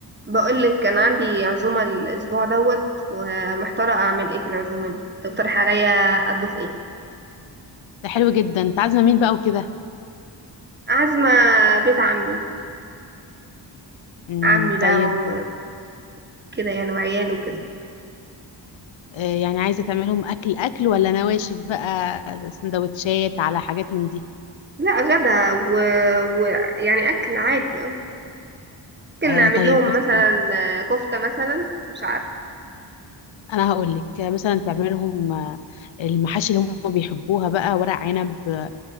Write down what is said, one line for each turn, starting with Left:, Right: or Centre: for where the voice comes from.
Right: بقول لك كان عندي عزومة الأسبوع دوت ومحتارة أعمل إيه في العزومة دي تقترح عليا أطبخ إيه
Left: ده حلو جدا انت عازمه مين بقى وكده
Right: عازمة بيت عمي
Left: امم
Right: عمي بقى
Left: طيب
Right: وكده يعني وعياله وكده
Left: آه، يعني عايزه تعملهم اكل اكل ولا نواشف بقى سندوتشات على حاجات من دي
Right: لا غدا ويعني و... ويعني أكل عادي اه ممكن
Left: آه
Right: نعمل
Left: طيب
Right: لهم
Left: بصي
Right: مثلا آه، كفتة مثلا مش عارفة
Left: انا هقول لك مثلا تعملهم آه، المحاشي اللي هم بيحبوها بقى ورق عنب آه،